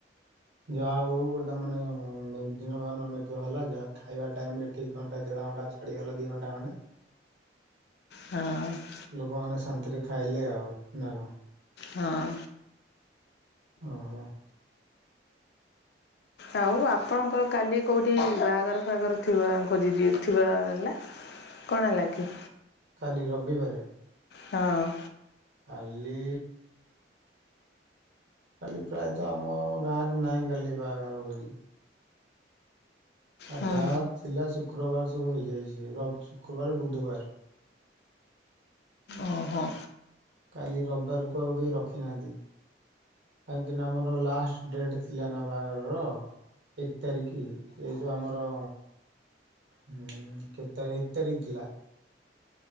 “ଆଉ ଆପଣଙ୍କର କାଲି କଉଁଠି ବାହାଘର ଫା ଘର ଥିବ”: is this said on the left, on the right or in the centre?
Left